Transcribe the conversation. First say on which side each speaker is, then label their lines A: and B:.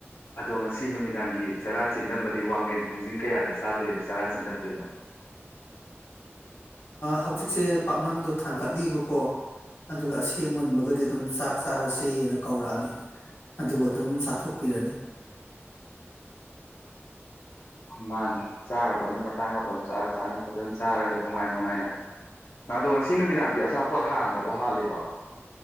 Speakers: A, on the left (about 85°); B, on the left (about 60°).
A: ꯑꯗꯣ ꯉꯁꯤ ꯅꯨꯃꯤꯗꯥꯡꯒꯤ ꯆꯔꯥ ꯆꯤꯟꯗꯝꯝꯕꯗꯤ ꯋꯥꯡꯂꯦꯟ ꯄꯨꯡꯖꯤꯡ ꯀꯌꯥꯗ ꯆꯥꯗꯣꯏꯅꯣ ꯆꯔꯥ ꯆꯤꯟꯗꯝꯗꯣꯏꯅꯣ
B: ꯍꯧꯖꯤꯛꯁꯦ ꯄꯥꯛꯅꯝꯗꯣ ꯊꯥꯡꯒꯠꯂꯤꯕꯀꯣ ꯑꯗꯨꯒ ꯑꯁꯦꯡ ꯃꯨꯟꯕꯒꯗꯤ ꯑꯗꯨꯝ ꯆꯥꯛ ꯆꯥꯔꯁꯦꯅ ꯀꯧꯔꯛꯑꯅꯤ ꯑꯗꯨꯒ ꯑꯗꯨꯝ ꯆꯥꯊꯣꯛꯄꯤꯔꯅꯤ
A: ꯃꯥꯅꯤ ꯆꯥꯒꯗꯕꯅꯤ ꯃꯇꯥꯡ ꯃꯇꯝ ꯆꯥ ꯆꯥꯅ ꯐꯖꯅ ꯆꯥꯔꯒ ꯅꯨꯡꯉꯥꯏ ꯅꯨꯡꯉꯥꯏꯅ ꯑꯗꯣ ꯉꯁꯤ ꯅꯨꯃꯤꯗꯥꯡꯗꯤ ꯑꯆꯥꯄꯣꯠ ꯍꯥꯟꯗ꯭ꯔꯕ ꯍꯥꯜꯂꯤꯕ